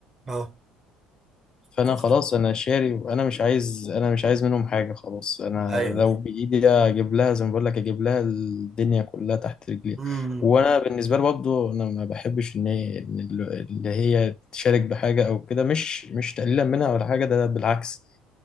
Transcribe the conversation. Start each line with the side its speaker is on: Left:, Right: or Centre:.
Right: اه
Left: فانا
Right: ف...
Left: خلاص انا شاري وانا مش عايز انا مش عايز منهم حاجه خلاص انا
Right: ايوه
Left: لو
Right: ايوه
Left: بايدي اجيب لها زي ما بقول لك اجيب لها الدنيا كلها تحت رجليها
Right: امم
Left: وانا بالنسبه لي برضه انا ما بحبش ان هي إن اللي هي تشارك بحاجه او كده مش مش تقليلا منها ولا حاجه ده بالعكس